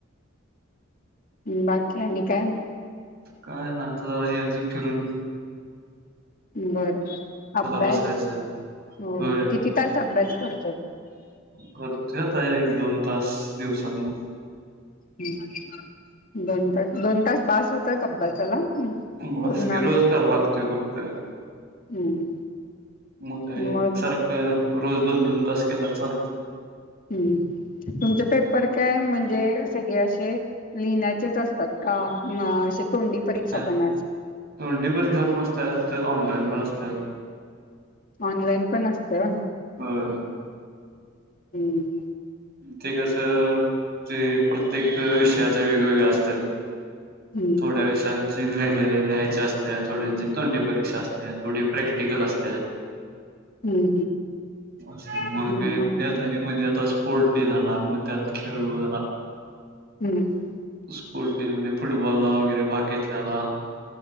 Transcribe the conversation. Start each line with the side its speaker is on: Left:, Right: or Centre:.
Left: ् बाकी आणि काय
Right: काय नाही आता जरा हे करून
Left: बरं अभ्यास
Right: बसायचं
Left: हो
Right: होय
Left: किती तास अभ्यास करतात
Right: करतोय एक दोन तास दिवसात ना...
Left: हम् दोन तास दोन तास बास होतय अभ्यासाला...
Right: बस
Left: पूर्ण
Right: कि
Left: अभ्यास
Right: रोजगार लागतोय फक्त..
Left: हम्म...
Right: मग एकसारख
Left: मग
Right: रोज दोन दोन तास केला चालतोय
Left: तुमच पेपर काय म्हणजे सगळे असे लिहिण्याचेच असतात का? तोंडी परीक्षा
Right: तोंडी
Left: पण अस
Right: परीक्षा पण असत ऑनलाईन पण असत. तर
Left: ऑनलाईन पण असतं.
Right: हम...
Left: हम्म...
Right: ते कसं ते प्रत्येक विषया... वेगवेगळे असत.
Left: हम्म
Right: थोड्या विषांची वेगळे... लिहायचे असते थोड्यांची तोंडी परीक्षा असते थोडी प्रॅक्टिकल असते.
Left: हम्म
Right: असं मग
Left: हम्म हम्म
Right: त्याच मध्ये आ दस.. स्पोर्ट डे झाला मग त्यात खेळू...
Left: हम्म
Right: स्पोर्ट डे मध्ये फुटबॉल ला वगैरे भाग घेतलेला..